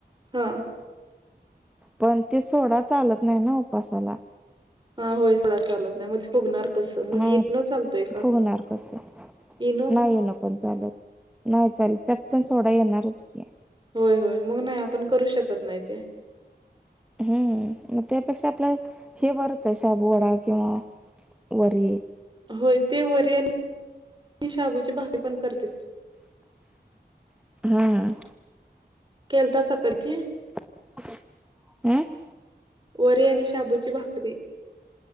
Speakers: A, on the right (about 25°); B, in the centre.
A: हा.
B: पण ते सोडा चालत नाही ना उपासाला
A: हा होय सगडा चालत नाही मग फुगणार कसं मग
B: हा
A: येन चालतोय का
B: फुगणार कसं
A: इनो
B: नाहीय नसून चालत, नाही चालत त्यात पण सोडा येणारच की
A: होय, होय मग नाही आपण करू शकत नाही ते
B: हम्म, मग त्यापेक्षा आपलं हे बरच हाय, शाबू वडा किंवा वरी.
A: होय ते वरी आन शाबूची भाकरी पण करतेत
B: हां
A: केलतासा कडकी?
B: <unintelligible>
A: वरी आणि शाबूची भाकरी.